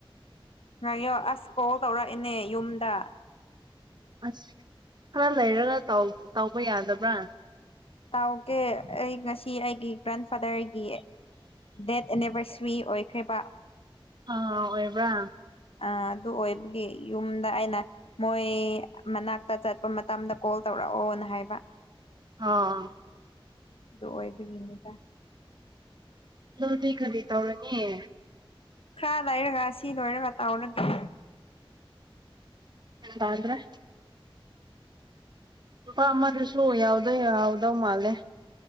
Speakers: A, on the left; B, on the right.
A: ꯉꯣ ꯑꯁ ꯀꯣꯜ ꯇꯧꯔꯛꯏꯦꯅꯦ ꯌꯨꯝꯗ
B: ꯑꯁ ꯈꯔ ꯂꯩꯔꯒ ꯇꯧꯕ ꯌꯥꯗꯕ꯭ꯔꯥ
A: ꯇꯥꯎꯒꯦ ꯑꯩ ꯉꯁꯤ ꯑꯩꯒꯤ ꯒ꯭ꯔꯥꯟꯐꯥꯗꯔꯒꯤ ꯗꯦꯠ ꯑꯦꯅꯤꯕꯔꯁꯔꯤ ꯑꯣꯏꯈ꯭ꯔꯦꯕ
B: ꯑꯥ ꯑꯣꯏꯕ꯭ꯔꯥ
A: ꯑ ꯑꯗꯨ ꯑꯣꯏꯕꯒꯤ ꯌꯨꯝꯗ ꯑꯩꯅ ꯃꯣꯏ ꯃꯅꯥꯛꯇ ꯆꯠꯄ ꯃꯇꯝꯗ ꯀꯣꯜ ꯇꯧꯔꯛꯑꯣꯅ ꯍꯥꯏꯕ
B: ꯑꯥ
A: ꯑꯗꯨ ꯑꯣꯏꯕꯒꯤꯅꯤꯗ
B: ꯑꯗꯨꯗꯤ ꯀꯗꯤ ꯇꯧꯔꯅꯤ
A: ꯈꯔ ꯂꯩꯔꯒ ꯁꯤ ꯂꯣꯏꯔꯒ ꯇꯥꯎꯔꯅꯒ
B: ꯕꯗ꯭ꯔ ꯂꯨꯄꯥ ꯑꯃꯗꯁꯨ ꯌꯥꯎꯗꯧ ꯌꯥꯎꯗꯧ ꯃꯥꯜꯂꯦ